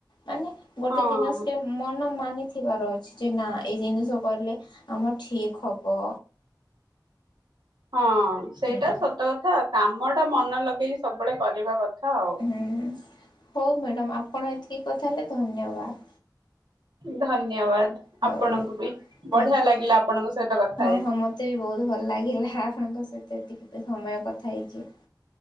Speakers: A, on the left (about 75°); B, on the right (about 70°).
A: ମାନେ ଗୋଟେ
B: ହଁ।
A: ଜିନିଷରେ ମନ ମାନିଥିବାର ଅଛି ଯେ ନା ଏଇ ଜିନିଷ କଲେ ଆମର ଠିକ ହବ।
B: ହଁ ସେଇଟା
A: ହୁଁ।
B: ସତ କଥା। କାମ ଟା ମନ ଲଗେଇକି ସବୁବେଳେ କରିବା କଥା ଆଉ।
A: ହୁଁ ହୋଉ ମ୍ୟାଡମ୍ ଆପଣ ଏତିକି କଥା ହେଲେ ଧନ୍ୟବାଦ।
B: ଧନ୍ୟବାଦ
A: ହଉ
B: ଆପଣଙ୍କୁ ବି ବଢିଆ
A: ଆଜ୍ଞା।
B: ଲାଗିଲା ଆପଣଙ୍କ ସହିତ କଥା
A: ହଁ
B: ହେଇକି।
A: ହଁ ମତେ ବି ବୋହୁତ ଭଲ ଲାଗିଲା। ଆପଣଙ୍କ ସହିତ ଏତିକି ତ ସମୟ କଥା ହେଇଚି।